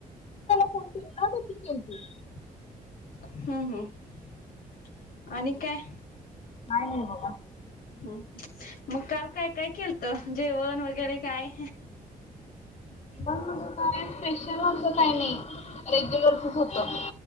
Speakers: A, on the left (about 50°); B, on the left (about 75°).
A: <unintelligible>
B: हम्म हम् आणि काय.
A: काय नाही बघा.
B: हम्म मग काल काय काय केलत? जेवण वगैरे काय?
A: जेवण म्हणजे काय असं, स्पेशल असं काय नाही रेग्युलरचच होतं.